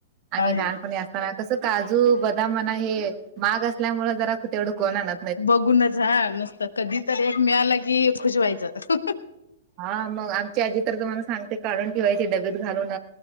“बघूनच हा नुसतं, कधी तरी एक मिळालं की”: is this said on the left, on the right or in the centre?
Left